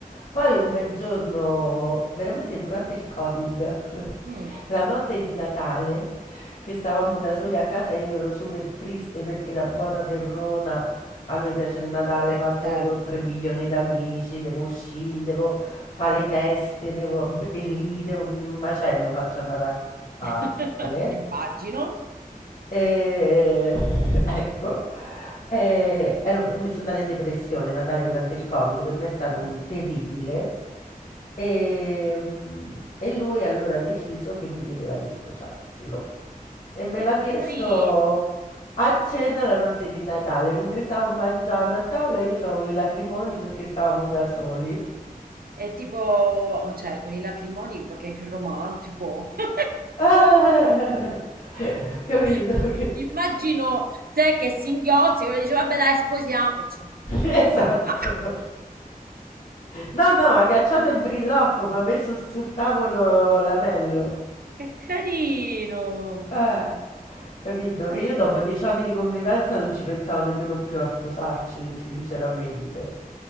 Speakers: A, on the left (about 65°); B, on the right (about 80°).
A: Poi un bel giorno, veramente durante il Covid,
B: mm,
A: <laughs> la notte di Natale, che stavamo da soli a casa, io ero super triste perché da buona terrona a me piace il Natale
B: eh,
A: fatto
B: certo.
A: con 3 milioni d'amici, devo uscire, devo fare le feste, devo abbellire, devo... un macello faccio a Natale.
B: <laughs> Immagino.
A: Ehm, ecco, ehm, ero mi sono andata in depressione Natale durante il Covid, per me è stato
B: Oh,
A: un terribile. Ehm, E, lui allora ha deciso che mi chiedeva di sposarlo. E me
B: che
A: l'ha chiesto
B: carino.
A: a cena la notte di Natale, mentre stavo mangiando a tavola, io avevo i lacrimoni perché stavamo da soli.
B: È tipo, cioè, con i lacrimoni perché è romantico. <laughs>
A: Ah! <laughs> Capito?
B: Cioè,
A: che-
B: immagino te che singhiozzi, quello dice, vabbè dai, sposiamoci.
A: <laughs> Esatto.
B: <laughs>
A: No, no, ha cacciato il brillocco, ma ha messo sul tavolo l'anello.
B: Che carino.
A: Eh, capito?
B: Anzi,
A: Che io dopo
B: anzi,
A: dieci anni
B: anzi.
A: di convivenza non ci pensavo nemmeno più a sposarci, sinceramente.